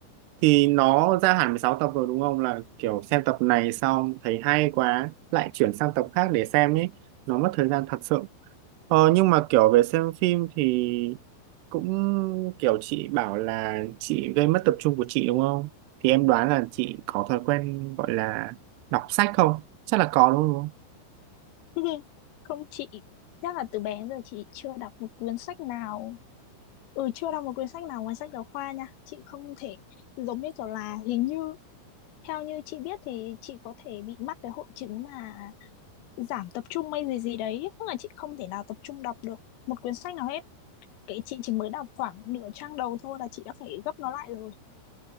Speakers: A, on the right; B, on the left.
A: thì nó ra hẳn 16 tập rồi đúng không là kiểu xem tập này xong thấy hay quá lại chuyển sang tập khác để xem ấy nó mất thời gian thật sự ờ, nhưng mà kiểu về xem phim thì cũng kiểu chị bảo là chị gây mất tập trung của chị đúng không thì em đoán là chị có thói quen gọi là đọc sách không chắc là có đúng không
B: <laughs> không chị chắc là từ bé đến giờ chị chưa đọc một cuốn sách nào Ừ, chưa đọc một quyển sách nào ngoài sách giáo khoa nha. Chị không thể, giống như kiểu là hình như, theo như chị biết thì chị có thể bị mắc cái hội chứng mà giảm tập trung hay gì gì đấy. Tức là chị không thể nào tập trung đọc được một quyển sách nào hết. Cái chị chỉ mới đọc khoảng nửa trang đầu thôi là chị đã phải gấp nó lại rồi.